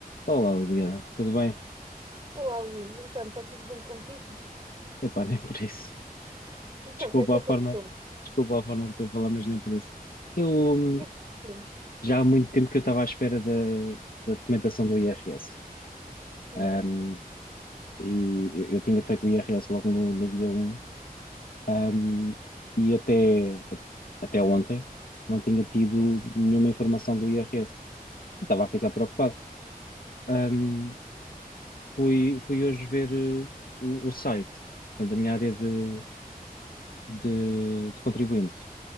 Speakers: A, on the left (about 70°); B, on the right (about 35°).
A: Olá, Liliana, tudo bem?
B: Olá, Luís. Então, está tudo bem contigo?
A: Epá, <laughs> nem por isso.
B: Então,
A: Desculpa
B: o que é que aconteceu?
A: a forma,
B: O
A: desculpa a forma que estou a falar, mas nem por isso. Eu hum,
B: que é que aconteceu?
A: já há muito tempo que eu estava à espera da, da documentação do IRS.
B: Hum.
A: Hum, e eu, eu tinha feito o IRS logo no, no dia um hum, e até, até ontem não tinha tido nenhuma informação do IRS. Estava a ficar preocupado. Hum, fui, fui hoje ver eh, o, o site, portanto, a minha área de, de de contribuinte